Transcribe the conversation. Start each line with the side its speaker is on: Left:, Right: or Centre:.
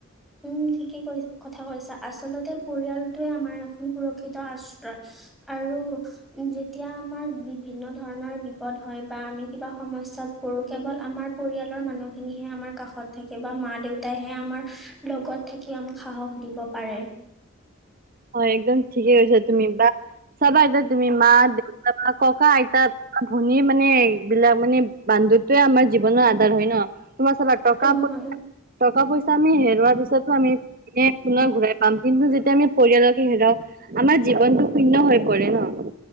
Centre: উম ঠিকেই কৈ কথা কৈছা, আচলতে পৰিয়ালটোৱে আমাৰ এখন সুৰক্ষিত আশ্ৰয়। আৰু যেতিয়া আমাৰ বিভিন্ন ধৰণৰ বিপদ হয় বা আমি কিবা সমস্যাত কৰু কেৱল আমাৰ পৰিয়ালৰ মানুহখিনিহে আমাৰ কাষত থাকে, বা মা দেউতাইহে আমাৰ লগত থাকি আমাক সাহস দিব পাৰে
Right: হয় একদম ঠিকে কৈছা তুমি, বা চাবা যে তুমি মা দেউতা বা কক আইতাত ভনীৰ মানে এই বিলাক মানে বান্ধোনতোয়ে আমাৰ জীৱনৰ আধাৰ হয় ন। তোমাৰ চাবা টকা
Centre: অ', হয়,
Right: টকা পইচা আমি হেৰুৱাৰ পিছতো আমি পুনৰ ঘূৰাই পাম, কিন্তু যেতিয়া আমি পৰিয়ালকে হেৰাও আমাৰ জীৱনটো শুন্য হৈ পৰে ন